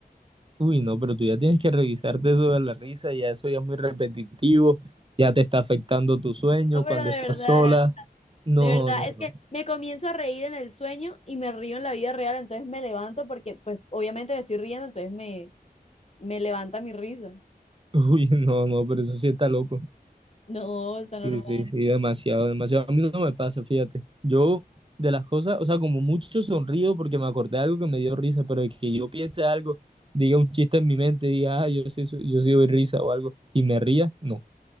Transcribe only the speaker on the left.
No, pero
de
verdad,
de verdad,
de verdad,
es que
me comienzo a reír en el sueño y me río en la vida real, entonces me levanto porque pues obviamente me estoy riendo, entonces me, me levanta mi risa.
No, está normal.